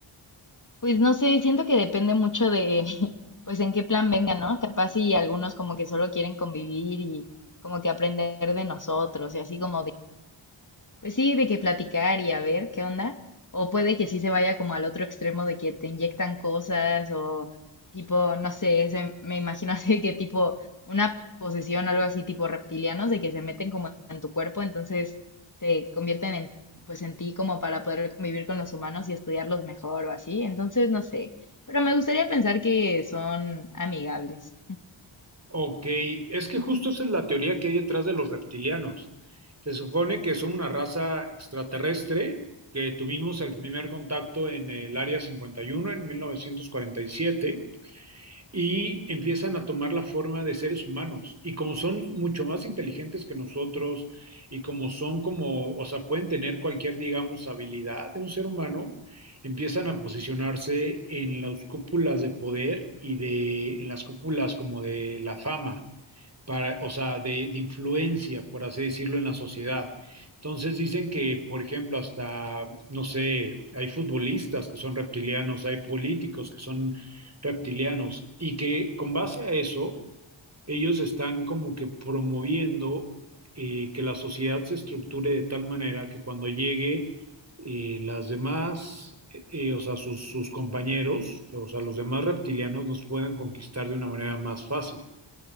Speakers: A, on the left; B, on the right.
A: Pues no sé, siento que depende mucho de, <laughs> pues en qué plan venga, ¿no? Capaz y algunos como que solo quieren convivir y como que aprender de nosotros y así como pues sí, de que platicar y a ver qué onda. O puede que sí se vaya como al otro extremo de que te inyectan cosas o tipo, no sé, se- me imagino <laughs> así que tipo una posesión o algo así tipo reptilianos de que se meten como en tu cuerpo, entonces se convierten en, pues en ti como para poder convivir con los humanos y estudiarlos mejor o así. Entonces, no sé, pero me gustaría pensar que son amigables.
B: Ok, es que justo esa es la teoría que hay detrás de los reptilianos. Se supone que son una raza extraterrestre que tuvimos el primer contacto en el Área 51 en 1947 y siete y empiezan a tomar la forma de seres humanos. Y como son mucho más inteligentes que nosotros y como son como, o sea, pueden tener cualquier, digamos, habilidad de un ser humano, empiezan a posicionarse en las cúpulas de poder y de, en las cúpulas como de la fama para, o sea, de, de influencia, por así decirlo, en la sociedad. Entonces dicen que, por ejemplo, hasta, no sé, hay futbolistas que son reptilianos, hay políticos que son reptilianos, y que con base a eso, ellos están como que promoviendo eh, que la sociedad se estructure de tal manera que cuando llegue eh, las demás, eh, eh, o sea, sus, sus compañeros, o sea, los demás reptilianos nos puedan conquistar de una manera más fácil.